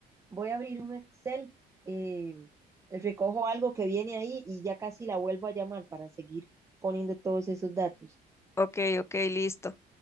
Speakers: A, on the right; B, on the left.
A: voy a abrir un Excel, eh, recojo algo que viene ahí y ya casi la vuelvo a llamar para seguir poniendo todos esos datos.
B: Ok, ok, listo.